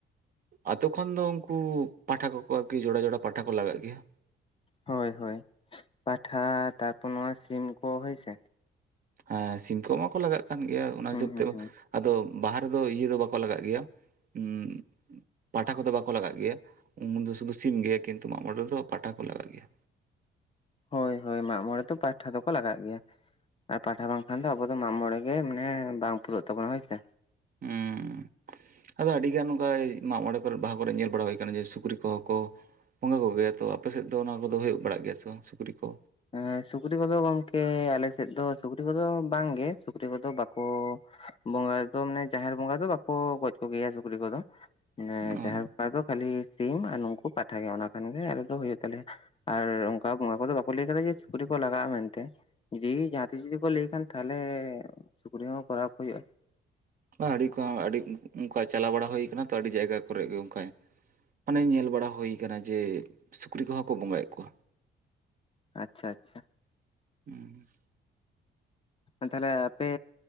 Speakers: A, on the right (about 45°); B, on the left (about 30°).
A: ᱟᱛᱩ ᱠᱷᱚᱱ ᱫᱚ ᱩᱱᱠᱩ ᱯᱟᱴᱟ ᱠᱚᱠᱚ ᱟᱨᱠᱤ ᱡᱚᱲᱟ ᱡᱚᱲᱟ ᱯᱤᱴᱟ ᱠᱚ ᱞᱟᱜᱟᱜ ᱜᱮᱭᱟ᱾
B: ᱦᱳᱭ ᱦᱳᱭ ᱯᱟᱴᱷᱟ ᱛᱟᱨᱯᱚᱨ ᱱᱚᱣᱟ ᱥᱤᱢ ᱠᱚ ᱦᱳᱭ ᱥᱮ᱾
A: ᱦᱮᱸ ᱥᱤᱢ ᱠᱚ ᱢᱟ ᱠᱚ ᱞᱟᱜᱟᱜ ᱠᱟᱱ ᱜᱮᱭᱟ ᱚᱱᱟ
B: ᱦᱩᱸ
A: ᱦᱤᱥᱟᱹᱵ
B: ᱦᱩᱸ
A: ᱛᱮᱢᱟ᱾
B: ᱦᱩᱸ
A: ᱟᱫᱚ ᱵᱟᱦᱟ ᱨᱮᱫᱚ ᱤᱭᱟᱹ ᱫᱚ ᱵᱟᱠᱚ ᱞᱟᱜᱟᱜ ᱜᱮᱭᱟ ᱩᱸ᱾ ᱯᱟᱴᱟ ᱠᱚᱫᱚ ᱵᱟᱠᱚ ᱞᱟᱜᱟᱜ ᱜᱮᱭᱟ ᱩᱱ ᱫᱚ ᱥᱩᱫᱷᱩ ᱥᱤᱢ ᱜᱮ ᱠᱤᱱᱛᱩ ᱢᱟᱜ ᱢᱚᱬᱮ ᱨᱮᱫᱚ ᱯᱟᱴᱟ ᱠᱚ ᱞᱟᱜᱟᱜ ᱜᱮᱭᱟ᱾
B: ᱦᱳᱭ ᱦᱳᱭ ᱢᱟᱜ ᱢᱚᱬᱮ ᱫᱚ ᱯᱟᱦᱴᱟ ᱫᱚᱠᱚ ᱞᱟᱜᱟᱜ ᱜᱮᱭᱟ᱾ ᱟᱨ ᱯᱟᱴᱷᱟ ᱵᱟᱝᱠᱷᱟᱱ ᱫᱚ ᱟᱵᱚ ᱫᱚ ᱢᱟᱜᱢᱚᱬᱮ ᱜᱮ ᱢᱟᱱᱮ ᱵᱟᱝ ᱯᱩᱨᱟᱹᱜ ᱛᱟᱵᱚᱱᱟ ᱦᱳᱭ ᱥᱮ᱾
A: ᱩᱸ ᱟᱫᱚ ᱟᱹᱰᱤᱜᱟᱱ ᱚᱱᱠᱟᱭ ᱢᱟᱜ ᱢᱚᱬᱮ ᱠᱚᱨᱮ ᱵᱟᱦᱟ ᱠᱚᱨᱮ ᱧᱮᱞ ᱵᱟᱲᱟ ᱦᱩᱭ ᱠᱟᱱᱟ ᱡᱮ ᱥᱩᱠᱨᱤ ᱠᱚᱦᱚᱸ ᱠᱚ᱾ ᱵᱚᱸᱜᱟ ᱠᱚᱜᱮᱭᱟ ᱛᱚ ᱟᱯᱮ ᱥᱮᱫ ᱫᱚ ᱚᱱᱟ ᱠᱚᱫᱚ ᱦᱩᱭᱩᱜ ᱵᱟᱲᱟᱜ ᱜᱮᱭᱟ ᱥᱮ ᱥᱩᱠᱨᱤ ᱠᱚ᱾
B: ᱮᱸ ᱥᱩᱠᱨᱤ ᱠᱚᱫᱚ ᱜᱚᱝᱠᱮ ᱟᱞᱮ ᱥᱮᱫ ᱫᱚ ᱥᱩᱠᱨᱤ ᱠᱚᱫᱚ ᱵᱟᱝᱜᱮ ᱥᱩᱠᱨᱤ ᱠᱚᱫᱚ ᱵᱟᱠᱚ᱾ ᱵᱚᱸᱜᱟ ᱨᱮᱫᱚ ᱢᱟᱱᱮ ᱡᱟᱦᱮᱨ ᱵᱚᱸᱜᱟ ᱫᱚ ᱵᱟᱠᱚ ᱜᱚᱡ ᱠᱚᱜᱮᱭᱟ ᱥᱩᱠᱨᱤ ᱠᱚᱫᱚ ᱢᱟᱱᱮ
A: ᱚ
B: ᱡᱟᱦᱮᱨ᱾ ᱚᱠᱟ ᱠᱷᱟᱹᱞᱤ ᱥᱤᱢ ᱱᱩᱠᱩ ᱯᱟᱴᱷᱟ ᱜᱮ ᱚᱱᱟ ᱠᱷᱟᱱ ᱜᱮ ᱟᱞᱮ ᱫᱚ ᱦᱩᱭᱩᱜ ᱛᱟᱞᱮᱭᱟ ᱟᱨ ᱚᱱᱠᱟ ᱵᱚᱸᱜᱟ ᱠᱚᱫᱚ ᱵᱟᱠ᱾ ᱵᱟᱠᱚ ᱞᱟᱹᱭ ᱠᱟᱫᱟ ᱡᱮ ᱥᱩᱠᱨᱤ ᱠᱚ ᱞᱟᱜᱟᱜᱼᱟ ᱢᱮᱱᱛᱮ᱾ ᱡᱩᱫᱤ ᱡᱟᱦᱟᱸ ᱛᱤᱥ ᱡᱩᱫᱤ ᱠᱚ ᱞᱟᱹᱭ ᱠᱷᱟᱱ ᱛᱟᱦᱚᱞᱮ ᱥᱩᱠᱨᱤ ᱦᱚᱸ ᱠᱚᱨᱟᱣ ᱠᱚ ᱦᱩᱭᱩᱜᱼᱟ᱾
A: ᱚᱱᱠᱚ ᱟᱹᱰᱤ ᱠᱚᱢ ᱟᱹᱰᱤ ᱚᱱᱠᱟ ᱪᱟᱞᱟᱣ ᱵᱟᱲᱟ ᱦᱩᱭ ᱠᱟᱱᱟ ᱛᱚ ᱟᱹᱰᱤ ᱡᱟᱭᱜᱟ ᱠᱚᱨᱮ ᱜᱮ ᱚᱱᱠᱟᱭ᱾ ᱢᱟᱱᱮ ᱧᱮᱞ ᱵᱟᱲᱟ ᱦᱩᱭ ᱟᱠᱟᱱᱟ ᱡᱮ ᱥᱩᱠᱨᱤ ᱠᱚᱦᱚᱸ ᱠᱚ ᱵᱚᱸᱜᱟᱭᱮᱫ ᱠᱚᱣᱟ᱾
B: ᱟᱪᱪᱷᱟ ᱟᱪᱪᱷᱟ
A: ᱩᱸ
B: ᱮ ᱛᱟᱦᱚᱞᱮ ᱟᱯᱮ